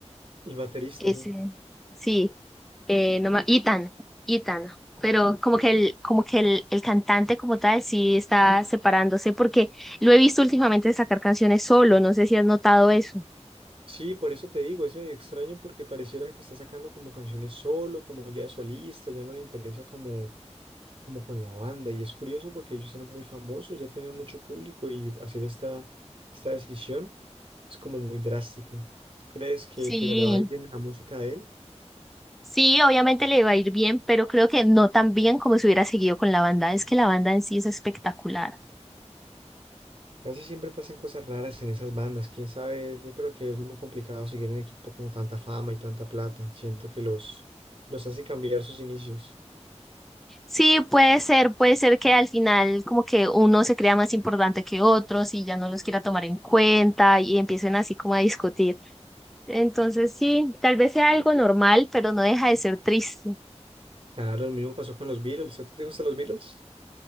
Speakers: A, on the right; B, in the centre.
A: El baterista,
B: ese,
A: sí.
B: sí, eh, no ma- Ethan, Ethan, pero como que el, como que el, el cantante como tal sí está separándose porque lo he visto últimamente sacar canciones solo, no sé si has notado eso.
A: Sí, por eso te digo, es medio extraño porque pareciera que está sacando como canciones solo, como ya de solista, ya no le interesa como, como con la banda. Y es curioso porque ellos eran muy famosos, ya tienen mucho público y hacer esta, esta decisión es como muy drástico. ¿Tú crees que,
B: Sí.
A: que le va a ir bien en la música de él?
B: Sí, obviamente le va a ir bien, pero creo que no tan bien como si hubiera seguido con la banda. Es que la banda en sí es espectacular.
A: Casi siempre pasan cosas raras en esas bandas. Quién sabe, yo creo que es muy complicado seguir un equipo con tanta fama y tanta plata. Siento que los, los hace cambiar sus inicios.
B: Sí, puede ser, puede ser que al final como que uno se crea más importante que otros y ya no los quiera tomar en cuenta y empiecen así como a discutir. Entonces sí, tal vez sea algo normal, pero no deja de ser triste.
A: Claro, lo mismo pasó con los Beatles. ¿A ti te gustan los Beatles?